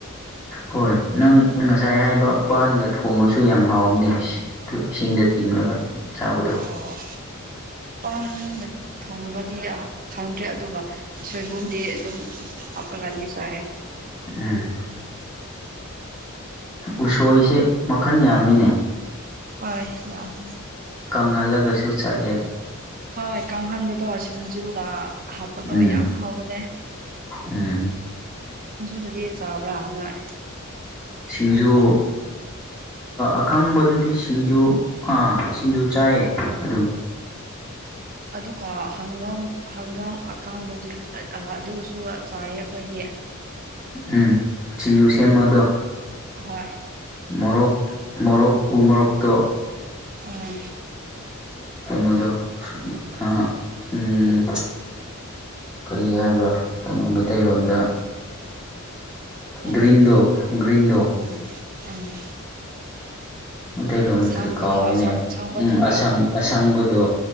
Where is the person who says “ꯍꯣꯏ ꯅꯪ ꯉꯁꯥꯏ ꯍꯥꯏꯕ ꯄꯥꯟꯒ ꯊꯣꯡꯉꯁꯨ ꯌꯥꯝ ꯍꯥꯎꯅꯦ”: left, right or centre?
Left